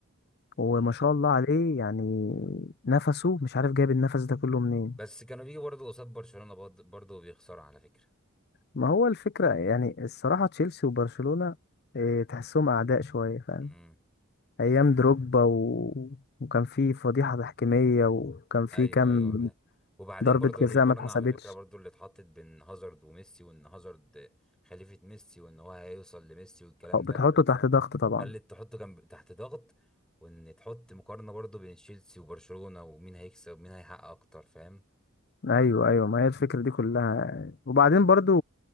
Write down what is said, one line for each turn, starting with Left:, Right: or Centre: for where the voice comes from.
Left: وما
Centre: امم
Left: شاء الله عليه يعني نفسه مش عارف جايب النفس ده كله منين
Centre: بس كانوا بيجي برضه قصاد برشلونة برضه برضه وبيخسروا على فكرة
Left: ما هو الفكرة يعني الصراحة تشيلسي وبرشلونة إيه، تحسهم أعداء شوية فاهم
Centre: امم
Left: أيام دروجبا و... وكان في فضيحة تحكيمية وكان في
Centre: ايوه
Left: كام
Centre: ايوه فاهم وبعدين
Left: ضربة
Centre: برضه
Left: جزاء
Centre: المقارنة
Left: ما اتحسبتش
Centre: على فكرة برضه اللي اتحطت بين هازارد وميسي وان هازارد خليفة ميسي وان هو هيوصل لميسي والكلام
Left: أو
Centre: ده
Left: بتحطه تحت ضغط طبعا
Centre: خلت تحطه كان تحت ضغط وان تحط مقارنة برضه بين تشيلسي وبرشلونة ومين هيكسب ومين هيحقق اكتر فاهم
Left: ايوه ايوه ما هي الفكره دي كلها وبعدين برضو